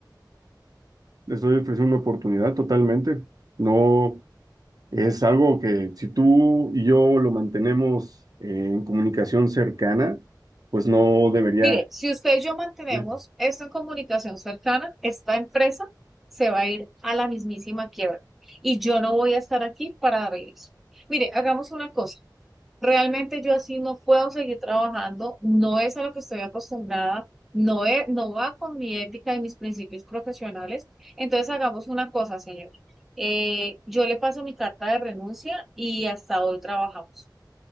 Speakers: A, on the right; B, in the centre.
A: te estoy ofreciendo una oportunidad totalmente. No, Es algo que si tú y yo lo mantenemos eh, en comunicación cercana, pues no debería.
B: Mire, si usted y yo mantenemos
A: Sí.
B: esto en comunicación cercana, esta empresa se va a ir a la mismísima quiebra. Y yo no voy a estar aquí para darle eso. Mire, hagamos una cosa. Realmente yo así no puedo seguir trabajando, no es a lo que estoy acostumbrada, no es no va con mi ética y mis principios profesionales. Entonces hagamos una cosa, señor. Eh, yo le paso mi carta de renuncia y hasta hoy trabajamos.